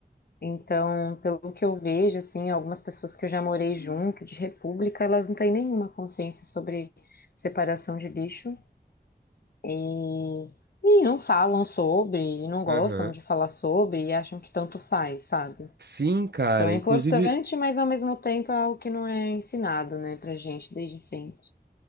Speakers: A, on the left; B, on the right.
A: Então, pelo que eu vejo, assim, algumas pessoas que eu já morei junto de república, elas não têm nenhuma consciência sobre separação de lixo e, e não falam sobre, e não gostam
B: Aham.
A: de falar sobre e acham que tanto faz, sabe?
B: Sim, cara.
A: Então é
B: Inclusive,
A: importante, mas ao mesmo tempo é algo que não é ensinado, né, pra gente desde sempre.